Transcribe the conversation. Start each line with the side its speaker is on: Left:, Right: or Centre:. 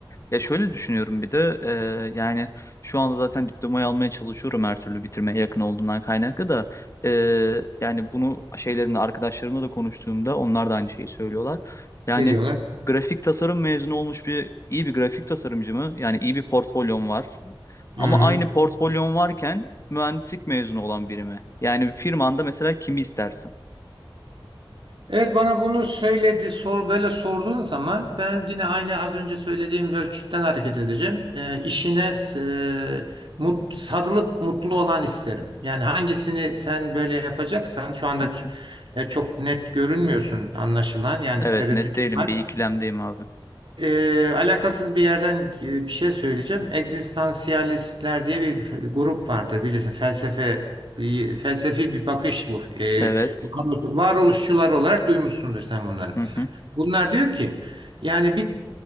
Left: Ya şöyle düşünüyorum bir de e, yani şu anda zaten diplomayı almaya çalışıyorum her türlü bitirmeye yakın olduğundan kaynaklı da e, yani bunu şeylerimle arkadaşlarımla da konuştuğumda onlar da aynı şeyi söylüyorlar. Yani
Right: Ne diyorlar?
Left: grafik tasarım mezunu olmuş bir iyi bir grafik tasarımcı mı? Yani iyi bir portfolyon var. Ama
Right: Hı hı.
Left: aynı portfolyon varken mühendislik mezunu olan biri mi? Yani firmanda mesela kimi istersin?
Right: Evet bana bunu söyledi sor böyle sorduğun zaman ben yine aynı az önce söylediğim ölçütten hareket edeceğim. Ee, işine e, mut, sarılıp mutlu olan isterim. Yani hangisini sen böyle yapacaksan şu anda
Left: Hı
Right: ç-
Left: hı.
Right: e, çok net görünmüyorsun anlaşılan yani
Left: Evet
Right: tereddütün
Left: net değilim
Right: var.
Left: bir ikilemdeyim abi.
Right: Eee, alakasız bir yerden e, bir şey söyleyeceğim. Egzistansiyalistler diye bir fe- grup vardır bilirsin. Felsefe felsefi bir bakış bu. Eee,
Left: Evet.
Right: varolu- varoluşçular olarak duymuşsundur sen bunları.
Left: <laughs>
Right: Bunlar diyor ki yani bir